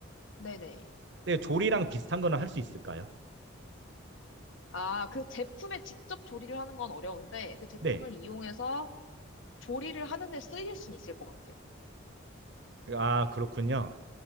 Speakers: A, on the left; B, on the right.
A: 네네.
B: 네, 조리랑 비슷한 거는 할 수 있을까요?
A: 아, 그 제품에 직접 조리를 하는 건 어려운데 그 제품을
B: 네.
A: 이용해서 조리를 하는데 쓰일 수는 있을 것 같아요.
B: 아, 그렇군요.